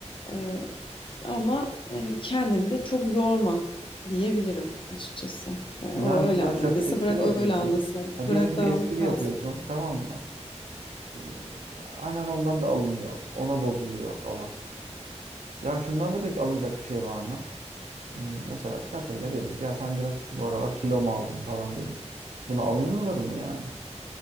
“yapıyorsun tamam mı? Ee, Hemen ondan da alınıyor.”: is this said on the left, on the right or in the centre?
Right